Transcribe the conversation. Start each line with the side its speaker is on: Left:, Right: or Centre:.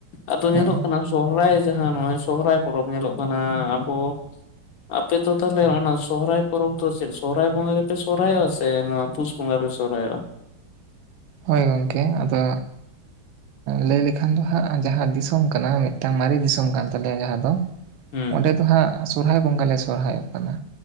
Left: ᱟᱫᱚ
Right: ᱦᱮᱸ
Left: ᱧᱮᱞᱚᱜ ᱠᱟᱱᱟ ᱥᱚᱨᱦᱟᱭ ᱡᱟᱦᱟᱸ ᱱᱚᱜ ᱥᱚᱦᱚᱨᱟᱭ᱾ ᱯᱚᱨᱚᱵᱽ ᱧᱮᱞᱚᱜ ᱠᱟᱱᱟ ᱟᱵᱚ᱾ ᱟᱯᱮ ᱫᱚ ᱛᱟᱦᱚᱞᱮ ᱚᱱᱟ ᱥᱚᱦᱚᱨᱟᱭ ᱯᱚᱨᱚᱵᱽ ᱫᱚ ᱪᱮᱫ ᱥᱚᱨᱚᱦᱟᱭ ᱵᱚᱸᱜᱟ ᱜᱮ ᱯᱮ ᱥᱚᱨᱚᱦᱟᱭᱚᱜᱼᱟ ᱥᱮ ᱱᱚᱣᱟ ᱯᱩᱥ? ᱵᱚᱸᱜᱟ ᱯᱮ ᱥᱚᱦᱚᱨᱟᱭᱚᱜ-ᱟ?
Right: ᱦᱳᱭ ᱜᱚᱢᱠᱮ ᱟᱫᱚ᱾ ᱞᱟᱹᱭ ᱞᱮᱠᱷᱟᱱ ᱫᱚ ᱦᱟᱸᱜ ᱡᱟᱦᱟᱸ ᱫᱤᱥᱚᱢ ᱠᱟᱱᱟ ᱢᱤᱫᱴᱟᱝ ᱢᱟᱨᱮ ᱫᱤᱥᱚᱢ ᱠᱟᱱ ᱛᱟᱞᱮᱭᱟ, ᱡᱟᱦᱟᱸ ᱫᱚ᱾
Left: ᱦᱩᱸ
Right: ᱚᱸᱰᱮ ᱫᱚ ᱦᱟᱸᱜ ᱥᱚᱨᱚᱦᱟᱭ ᱵᱚᱸᱜᱟ ᱞᱮ ᱥᱚᱨᱦᱟᱭᱚᱜ ᱠᱟᱱᱟ